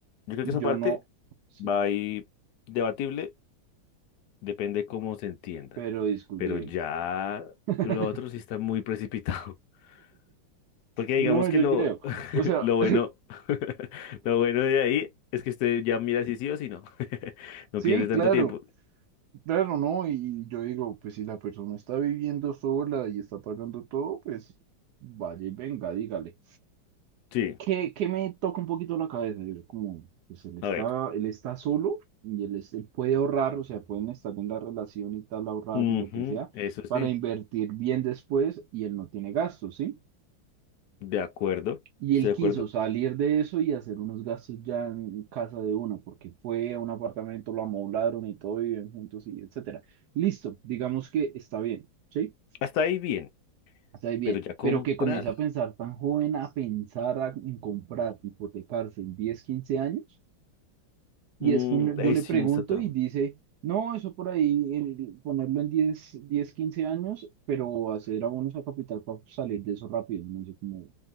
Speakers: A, on the left; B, on the right.
A: yo creo
B: Y
A: que esa
B: yo
A: parte.
B: no, sí,
A: Va ahí debatible, depende cómo se entienda.
B: pero discutible.
A: Pero ya
B: <laughs>
A: lo otro sí está muy precipitado. <laughs> Porque digamos
B: No, yo
A: que lo,
B: creo.
A: <laughs>
B: O sea,
A: lo bueno,
B: <laughs>
A: <laughs> lo bueno de ahí es que usted ya mira si sí o si no. <laughs> No
B: sí,
A: pierde tanto
B: claro,
A: tiempo.
B: claro, ¿no? Y yo digo, pues si la persona está viviendo sola y está pagando todo, pues vaya y venga, dígale.
A: Sí,
B: que, que me toca un poquito la cabeza, digo, como, pues él está,
A: a ver.
B: él está solo y él, es- él puede ahorrar, o sea, pueden estar en la relación y tal, ahorrar
A: Ujú,
B: y lo que sea,
A: eso
B: para
A: sí,
B: invertir bien después y él no tiene gastos, ¿sí?
A: de acuerdo.
B: Y
A: Estoy
B: él
A: de
B: quiso
A: acuerdo.
B: salir de eso y hacer unos gastos ya en casa de uno, porque fue a un apartamento, lo amoblaron y todo, viven juntos y etcétera. Listo, digamos que está bien, ¿sí?
A: Hasta ahí bien,
B: Está bien,
A: pero ya comprar,
B: pero que comience a pensar tan joven, a pensar a- en comprar, hipotecarse en 10 15 años, y
A: mm,
B: es que uno- yo
A: ahí
B: le
A: sí
B: pregunto
A: no está tan.
B: y dice, no, eso por ahí, el- ponerlo en diez diez 15 años, pero hacer abonos a capital para salir de eso rápido. No sé cómo,